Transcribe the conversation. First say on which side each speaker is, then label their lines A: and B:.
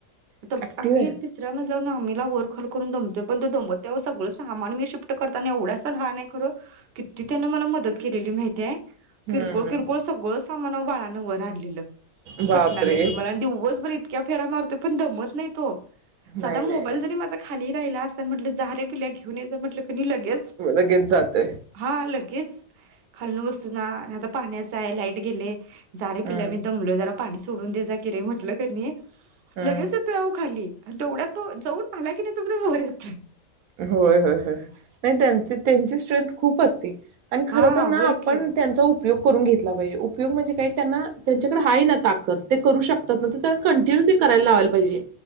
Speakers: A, on the right (about 55°); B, on the right (about 80°).
A: आ
B: ऍक्टिव्ह
A: आम्ही एक तिसऱ्या मज आम्हीला वर खाली करून दम प तो दमत नाही सगळं सामान मी शिफ्ट करताना एवढा सा लहान आहे खरं किती त्यांन मला मदत केलेली माहिती आहे किरकोळ
B: हम्म
A: किरकोळ सगळंच सामान आओ बाळान वर आणलेलं
B: बापरे
A: पटणार नाही तुम्हाला दिवसभर इतक्या फेरा मारतो दमत नाही तो
B: नाही
A: साध
B: नाही
A: मोबाईल जरी माझा खाली राहिला आसन म्हटलं जा रे पिल्या घेऊन ये जा म्हटल. कणी लगेच
B: नाही लगेच जातय
A: हा लगे च खालन वस्तू ना नाहीतर पाण्याच आहे लाईट गेले. जा रे
B: हम्म
A: पिल्या मी दमलोय जरा पाणी सोडून दे जा किरे म्हटलं कणी
B: हम्म
A: लगेच येतोय आहों खाली. तेवढ्यात तो जाऊन आला की नाही तो पर्यंत वर येतोय.
B: होय होय होय नाही त्यांची-त्यांची स्ट्रेंथ खूप असती. आणि खर
A: हा
B: तर ना
A: होय
B: आपण
A: की
B: त्यांच उप उपयोग करून घेतला पाहिजे, उपयोग म्हणजे काही त्यांना त्यांच्याकडे आहे ना ताकद ते करू शकतात, ना त्यांना कंटिन्यू ते करायला लावायला पाहिजे.